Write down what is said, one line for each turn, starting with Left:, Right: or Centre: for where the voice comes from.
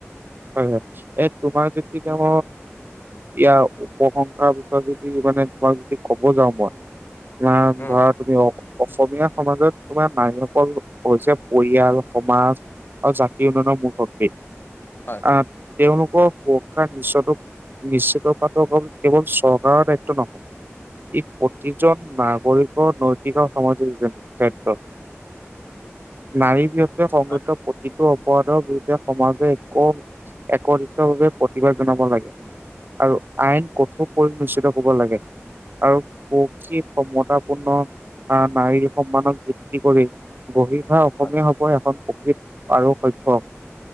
Right: হয়, হয় এই তোমাৰ যদি তেওঁ ইয়াৰ উপশংসকাৰ বিষয়ে যদি মানে তোমাক যদি ক'ব যাওঁ মই তোমাৰ
Left: উম
Right: ধৰা তুমি অ অসমীয়া সমাজত তোমাৰ নাৰীসকল হৈছে পৰিয়াল, সমাজ আৰু জাতি উন্নয়নৰ মূল শক্তি।
Left: হয়
Right: আহ তেওঁলোকৰ সুৰক্ষা নিশ্চ নিশ্চিতপাত কেৱল চৰকাৰৰ দায়িত্ব নহয়। ই প্ৰতিজন নাগৰিকৰ নৈতিক আৰু সামাজিক ক্ষেত্ৰত নাৰী বি সংঘিত
Left: হয়
Right: প্ৰতিটো অপৰাধৰ বিৰুদ্ধে সমাজে একো একতিতভাৱে কিবা জনাব লাগে, আৰু আইন কঠোৰ পৰি নিশিত কৰিব লাগে। আৰু সখী সম্ষতাপূৰ্ণ আহ নাৰীৰ সন্মানক ভিত্তি কৰি গ়িষা অসমীয়া
Left: হয়
Right: হব এখন প্ৰকৃত আৰু সভ্য অসম।